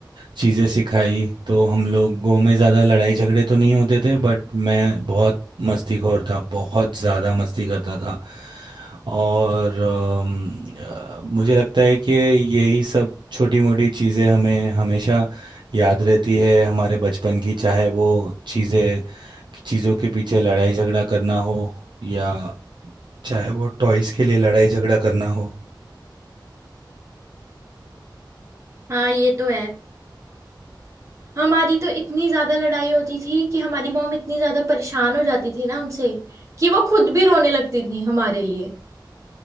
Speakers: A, on the right; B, on the right.
A: चीज़ें सिखाई तो हम लोगों में ज़्यादा लड़ाई झगड़े तो नहीं होते थे बट मैं बहुत मस्तीखोर था बहुत ज़्यादा मस्ती करता था और अम, अ, मुझे लगता है कि यही सब छोटी मोटी चीज़ें हमें हमेशा याद रहती है हमारे बचपन की चाहे वो चीज़ें चीज़ों के पीछे लड़ाई झगड़ा करना हो या चाहे वो टॉयज़ के लिए लड़ाई झगड़ा करना हो
B: हाँ ये तो है हमारी तो इतनी ज्यादा लड़ाई होती थी कि हमारी मॉम इतनी ज्यादा परेशान हो जाती थी ना हमसे कि वो खुद भी रोने लगती थी हमारे लिए